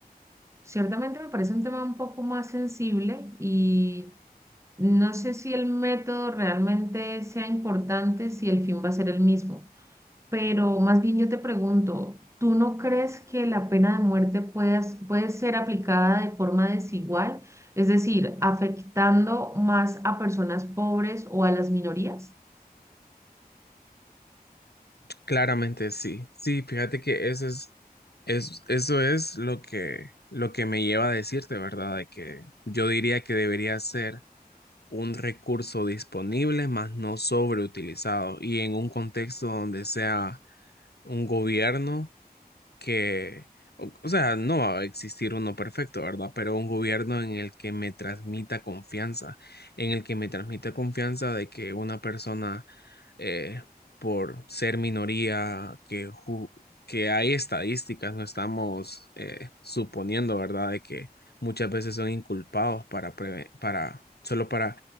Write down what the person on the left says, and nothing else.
Claramente sí. Sí, fíjate que ese es, es- eso es lo que, lo que me lleva a decirte, ¿verdad? De que yo diría que debería ser un recurso disponible, más no sobreutilizado, y en un contexto donde sea un gobierno. que, o, o sea, no va a existir uno perfecto, ¿verdad? Pero un gobierno en el que me transmita confianza, en el que me transmita confianza de que una persona, eh, por ser minoría, que, ju- que hay estadísticas, no estamos eh, suponiendo, ¿verdad? De que muchas veces son inculpados para, preve- para, solo para